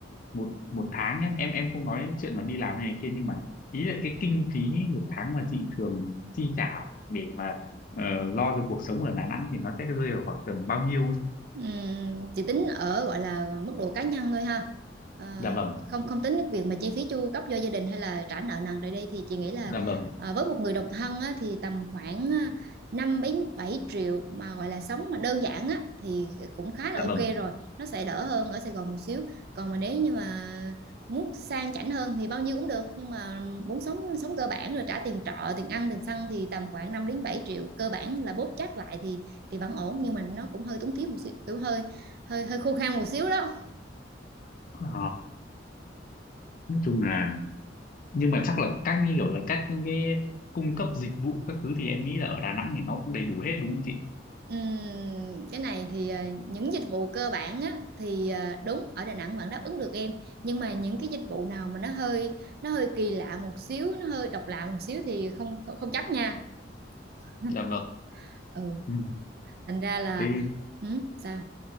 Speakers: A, on the left; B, on the right.
A: một một tháng nhá em em không nói đến chuyện mà đi làm hay này kia nhưng mà ý là cái kinh phí một tháng mà chị thường chi trả để mà ờ, lo cho cuộc sống ở Đà Nẵng thì nó sẽ rơi vào khoảng tầm bao nhiêu ấy
B: Ừm, chỉ tính ở gọi là mức độ cá nhân thôi ha Ờ,
A: dạ vâng
B: không không tính cái việc mà chi phí chu cấp cho gia đình hay là trả nợ nần rồi đây thì chị nghĩ là
A: dạ vâng
B: à, với một người độc thân á, thì tầm khoảng à, 5 đến 7 triệu mà gọi là sống mà đơn giản á thì cũng khá là
A: dạ
B: ok
A: vâng
B: rồi nó sẽ đỡ hơn ở Sài Gòn một xíu còn mà nếu như mà muốn sang chảnh hơn thì bao nhiêu cũng được nhưng mà muốn sống sống cơ bản rồi trả tiền trọ tiền ăn tiền xăng thì tầm khoảng 5 đến 7 triệu cơ bản là bóp chắc lại thì thì vẫn ổn nhưng mà nó cũng hơi túng thiếu một xíu kiểu hơi hơi hơi khô khan một xíu đó
A: Ờ, nói chung là nhưng mà chắc là các như kiểu là các những cái cung cấp dịch vụ các thứ thì em nghĩ là ở Đà Nẵng thì nó cũng đầy đủ hết đúng không chị
B: Ừm, cái này thì ờ, những dịch vụ cơ bản á, thì ờ, đúng ở Đà Nẵng vẫn đáp ứng được em nhưng mà những cái dịch vụ nào mà nó hơi nó hơi kỳ lạ một xíu nó hơi độc lạ một xíu thì không không, không chắc nha <laughs>
A: dạ vâng
B: ừ
A: Ừ.
B: thành ra là
A: Thế
B: ừ, sao